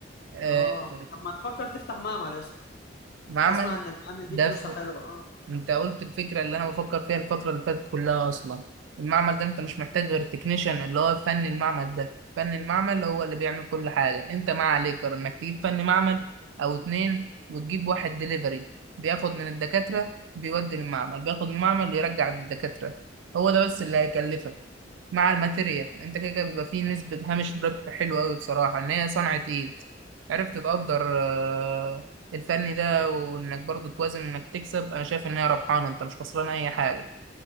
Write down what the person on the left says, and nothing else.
اه طب ما تفكر تفتح معمل يا اسطى
اسمع ان المعامل
دي فلوسها حلوة اه